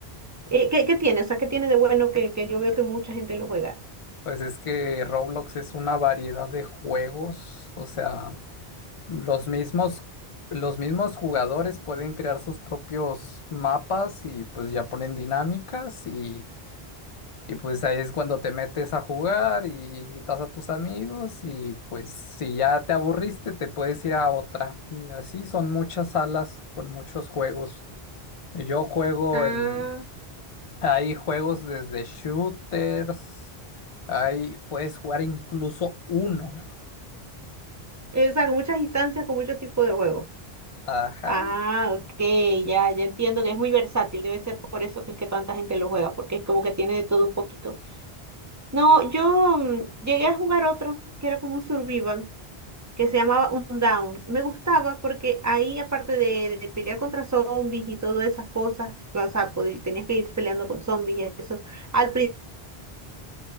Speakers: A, on the right; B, on the left.
A: Eh, ¿qué, qué tiene? O sea, ¿qué tiene de bueno que, que yo veo que mucha gente lo juega?
B: Pues es que Roblox es una variedad de juegos, o sea, Los mismos, los mismos jugadores pueden crear sus propios mapas y pues ya ponen dinámicas y, y pues ahí es cuando te metes a jugar y invitas a tus amigos y pues si ya te aburriste te puedes ir a otra. Y así son muchas salas con muchos juegos. Yo juego
A: Ah,
B: en, hay juegos desde shooters, hay, puedes jugar incluso uno.
A: O sea, con muchas instancias, con muchos tipos de juegos.
B: <laughs> Ajá.
A: Ah, ok, ya, ya entiendo que es muy versátil, debe ser por eso que es que tanta gente lo juega, porque es como que tiene de todo un poquito. No, yo mm, llegué a jugar otro que era como un survival, que se llamaba Undown. Me gustaba porque ahí, aparte de, de pelear contra zombies y todas esas cosas, o sea, podí- tenías que ir peleando con zombies y eso, al principio